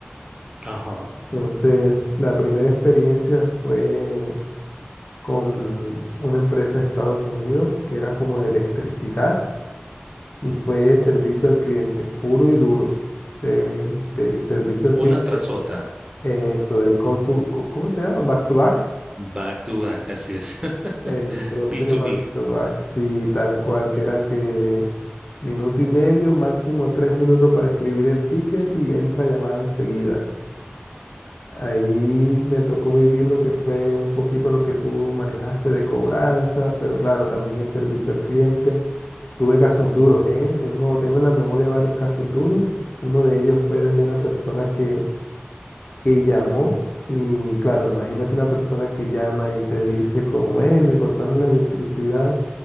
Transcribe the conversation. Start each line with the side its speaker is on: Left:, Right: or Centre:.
Right: Ajá.
Left: Entonces, la primera experiencia fue con una empresa de Estados Unidos que era como de electricidad y fue servicio
Right: Oh,
Left: al cliente, puro y duro, del, del servicio al
Right: Una
Left: cliente,
Right: tras otra.
Left: eh, eso, del call to, co- ¿cómo se llama? Back to back.
Right: Back to back, así es. <laughs>
Left: El propio
Right: b to
Left: back
Right: b
Left: to back, sí, tal cual, que eran que minuto y medio, máximo tres minutos para escribir el ticket y entra llamada enseguida. Ahí me tocó vivir lo que fue un poquito lo que tú manejaste de cobranzas, pero claro, también el servicio al cliente. Tuve casos duros, ¿eh? Tengo, tengo en la memoria varios casos duros. Uno de ellos fue de una persona que, que llamó y claro, imagínate una persona que llama y te dice como, eh, me cortaron la electricidad